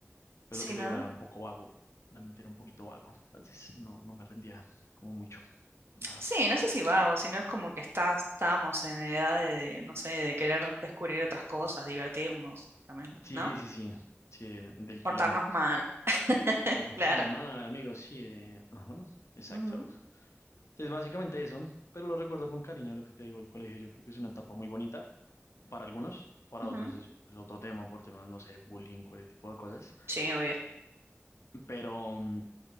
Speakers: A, on the left; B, on the right.
A: pero
B: Sí,
A: lo que
B: ¿no?
A: te digo era un poco vago, realmente era un poquito vago, entonces no, no me rendía como mucho, la verdad.
B: Sí, no sé si vago, sino es como que estás, estábamos en edad de, de, no sé, de querer descubrir otras cosas, divertirnos también,
A: Sí,
B: ¿no?
A: sí, sí, sí, del
B: Portarnos
A: quilombo.
B: mal,
A: Reportando
B: claro.
A: mal, amigos, sí, de- ajá, exacto.
B: Ujú,
A: Es básicamente eso, pero lo recuerdo con cariño lo que te digo, el colegio yo creo que es una etapa muy bonita para algunos, para
B: ujú.
A: otros es, es otro tema por temas, no sé, bullying, o ese tipo de cosas,
B: Sí, obvio.
A: pero, mm,